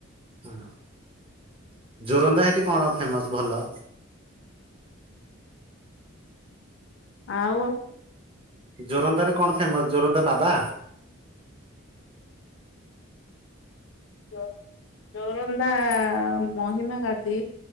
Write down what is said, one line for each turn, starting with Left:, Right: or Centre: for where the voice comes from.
Right: ହଁ ଯୋରନ୍ଦା ସେଠି କଣ ଫେମସ୍ ଭଲ?
Left: ଆଉ
Right: ଯୋରନ୍ଦା ରେ କଣ ଫେମସ୍ ଯୋରନ୍ଦା ବାବା?
Left: ଯୋର ଯୋରନ୍ଦା ମହିମା ଗାଧି।